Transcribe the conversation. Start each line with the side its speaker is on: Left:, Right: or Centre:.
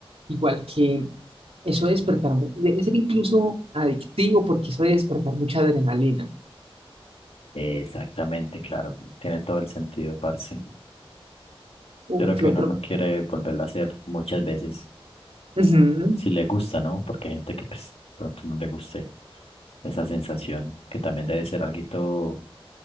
Right: igual que eso de despertar, mu- debe ser incluso adictivo porque eso de despertar mucha adrenalina.
Left: Exactamente, claro. Tiene todo el sentido, parce.
Right: O
Left: Yo creo
Right: que
Left: que uno
Right: otro,
Left: no quiere volverlo a hacer muchas veces.
Right: Ujú.
Left: Si le gusta, ¿no? Porque hay gente que pues pronto no le guste esa sensación, que también debe ser algo